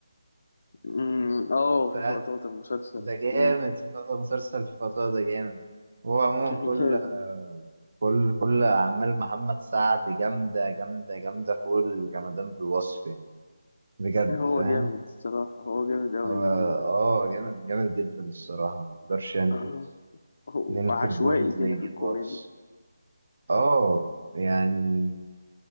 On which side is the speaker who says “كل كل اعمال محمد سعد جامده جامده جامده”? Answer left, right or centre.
Right